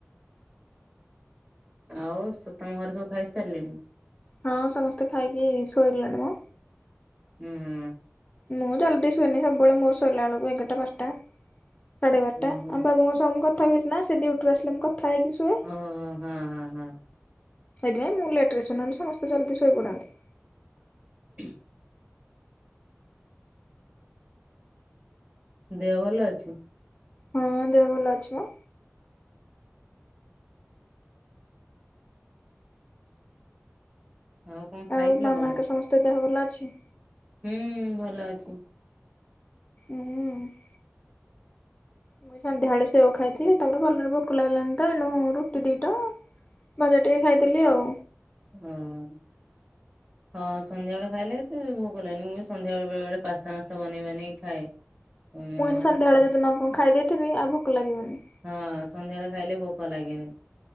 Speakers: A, on the right; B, on the left.
A: ଆଉ ସ ତମ ଘରେ ସବୁ ଖାଇସାରିଲେଣି?
B: ହଁ ସମସ୍ତେ ଖାଇକି ଶୋଇଲେଣି ମୋ।
A: ହୁଁ ହୁଁ।
B: ମୁଁ ଜଲ୍ଦି ଶୁଏନି ସବୁ ବେଳେ ମୋର ସୋଇଲା ବେଳକୁ ଏଗାରା ବାରଟା। ସାଢେ ବାରଟା
A: ଓହୋ
B: ଆମ ବାବୁଙ୍କ ସହ ମୁ କଥା ହେବି ସିନା ସେ ଡ୍ୟୁଟିରୁ ଆସିଲେ ମୁଁ କଥା ହେଇକି ଶୁଏ।
A: ଓ ହଁ ହଁ ହଁ।
B: ସେଇଥି ପାଇଁ ମୁଁ ଲେଟ୍ ସୁନାଲେ ସମସ୍ତେ ଜଲ୍ଦି ଶୋଇପଡ଼ାନ୍ତି।
A: <inaudible> ଦେହ ଭଲ ଅଛି?
B: ହଁ ଦେହ ଭଲ ଅଛିିବା।
A: ଆଉ କଣ ଖାଇଥିଲେ
B: ଆଉ ମାମାହାକ୍
A: କଣ?
B: ସମସ୍ତେ ଦେହ ଭଲ ଅଛି?
A: ହୁଁ ଭଲ ଅଛି।
B: ଉଁ ହୁଁ ଉଁ।
A: <inaudible>
B: ମୁଇଁ ସନ୍ଧ୍ୟାବେଳେ ସେଓ ଖାଇଥିଲି ତାପରେ ଭଲରେ ଭୋକ ଲାଗିଲାନି ତ ଏଣୁ ରୁଟି ଦିଟା ବରା ଟିଏ ଖାଇଥିଲି ଆଉ।
A: ହଁ। ହଁ ସନ୍ଧ୍ୟାବେଳେ ଖାଇଲେ ଏଥି ଭୋକ ଲାଗେନି ମୁଁ ବି ସନ୍ଧ୍ୟା ବେଳେ ବେଳେ ପାସ୍ତା ମାସ୍ତା ବନେଇ ବାନେଇ ଖାଏ। <inaudible>
B: ମୁଁ ହିନ୍
A: ଆଉ
B: ସନ୍ଧ୍ୟାବେଳେ
A: ଆଜି
B: ଯଦି ନ କଣ ଖାଇଦେଇଥିବି ଆଉ ଭୋକ ଲାଗିବନି।
A: ହଁ ସନ୍ଧ୍ୟାବେଳେ ଖାଇଲେ ଭୋକ ଲାଗେନି।